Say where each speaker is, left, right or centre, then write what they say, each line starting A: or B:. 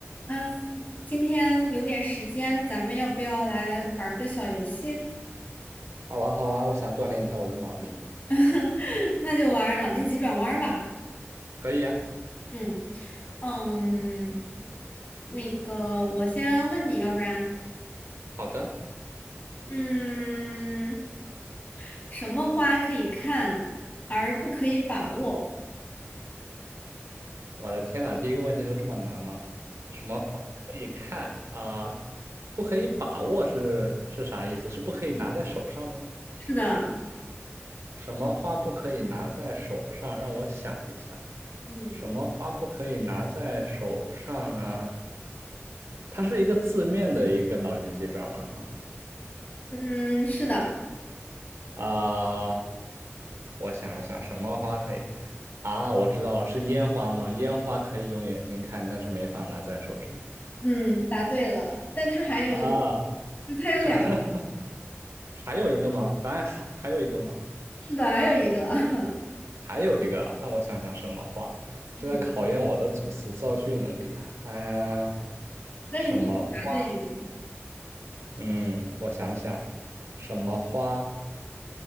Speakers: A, on the left; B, on the right.
A: 嗯，今天有点时间，咱们要不要来玩个小游戏？
B: 好啊，好啊，我想锻炼一下我的脑力。
A: <laughs> 那就玩脑筋急转弯儿吧。
B: 可以啊，
A: 嗯嗯，那个，我先问你，要不然，
B: 好的。
A: 嗯，什么花可以看而不可以把握？
B: 我的天呐，第一个问题就这么难吗？什么可以看啊？不可以把握是是啥意思？是不可以拿在手上吗？
A: 是的，
B: 什么花不可以拿在手上？让我想一下，
A: 嗯
B: 什么花不可以拿在手上啊？它是一个字面的一个脑筋急转弯吗？
A: 嗯，是的，
B: 啊、我想一想什么花可以啊？我知道了，是烟花吗？烟花可以用眼睛看，但是没法拿在手上
A: 嗯，答对了。但它还有，
B: 啊。
A: 它有两，
B: <laughs> 还有一个吗？答案还还有一个吗？
A: 是的，还有一个，<laughs>
B: 还有一个啊，让我想想什么花？
A: 嗯，
B: 这在考验我的组词造句能力啊。啊、
A: 但是你答对一个。
B: 什么花？嗯，我想想，什么花？